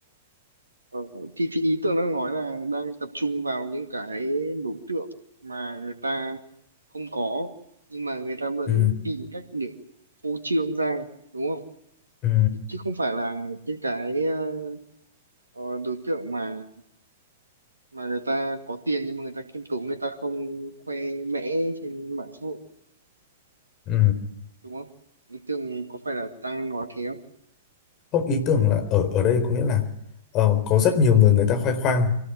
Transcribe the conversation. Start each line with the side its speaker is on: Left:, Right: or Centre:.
Right: Ờ, thì, thì ý tôi đang nói là đang tập trung vào những cái đối tượng mà người ta không có nhưng mà người ta vẫn
Left: Ừ.
Right: tìm cách để phô trương ra đúng không?
Left: Ừ.
Right: Chứ chứ không phải là những cái ờ, ờ, đối tượng mà mà người ta có tiền nhưng mà người ta khiêm tốn người ta không khoe mẽ trên mạng xã hội
Left: Ừ.
Right: đúng không? Ý tưởng có phải là đang nói thế không?
Left: không ý tưởng là ở ở đây có nghĩa là ờ, có rất nhiều người người ta khoe khoang